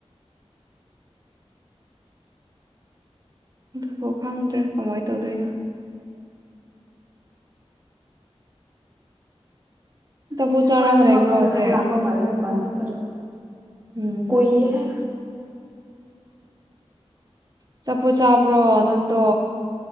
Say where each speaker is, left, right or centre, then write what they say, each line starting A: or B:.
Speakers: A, on the right; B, on the right.
A: ꯑꯗꯨꯐꯥꯎ ꯈꯪꯗ꯭ꯔꯦ ꯀꯃꯥꯏꯅ ꯇꯧꯗꯣꯏꯅꯣ ꯑꯆꯥꯄꯣꯠ ꯆꯥꯔꯒ
B: ꯈꯣꯏ ꯃꯃꯥ
A: ꯂꯩꯕ꯭ꯔꯣ
B: ꯈꯣꯏ
A: ꯍꯧꯖꯤꯛ
B: ꯂ ꯂꯥꯛꯄ ꯃꯥꯂꯦ ꯃꯄꯥꯟ ꯊ‌ꯣꯛꯄꯗ‌ꯣ
A: ꯎꯝ
B: ꯀꯨꯏ ꯍꯦ
A: ꯑꯆꯄꯣꯠ ꯆꯥꯕ꯭ꯔꯣ ꯅꯪꯗꯣ